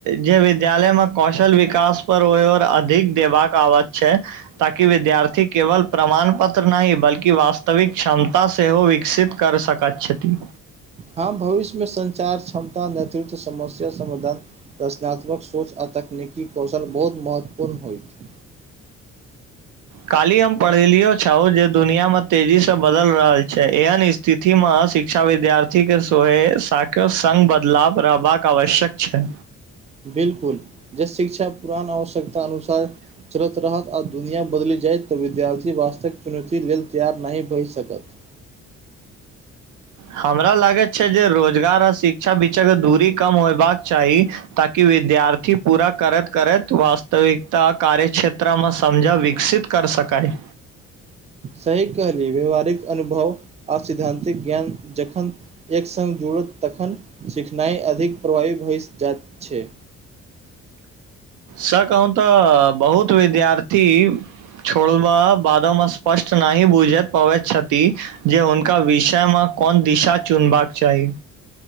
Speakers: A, on the right; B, on the right.
A: जे विद्यालयमे कौशल विकास पर ओहि ओर अधिक देबाक आवैत छै ताकि विद्यार्थी केवल प्रमाण पत्र नहि बल्कि वास्तविक क्षमता सेहो विकसित कर सकत छथि
B: हँ भविष्यमे संचार क्षमता नेतृत्व समस्या समाधान रचनात्मक सोच आ तकनीकी कौशल बहुत महत्वपूर्ण होयत
A: काल्हि हम पढ़ेलियो छओ जे दुनिया में तेजी से बदल रहल छै एहन स्थिति अथिमे शिक्षा विद्यार्थीके सोहे साक संग बदलाव रहबाक आवश्यक छै
B: बिल्कुल जस शिक्षा पुरान आवश्यकता अनुसार चलत रहत आ दुनिया बदलि जाय त विद्यार्थी वास्तक चुनौती लेल तैयार नहि भय सकत
A: हमरा लागैत छै जे रोजगार आ शिक्षा बीच के दूरी कम होयबाक चाही ताकि विद्यार्थी पूरा करैत करैत वास्तविकता कार्य क्षेत्रमे समझा विकसित कर सकए
B: सही कहली व्यावहारिक अनुभव आ सिद्धांतिक ज्ञान जखन एक संग जुड़त तखन सिखनाई अधिक प्रभावी भ जाइत छै
A: स कहूँ त बहुत विद्यार्थी छोड़ब बादोमे स्पष्ट नहि बूझत पावे छथि जे हुनका विषयमे कोन दिशा चुनबाक चाही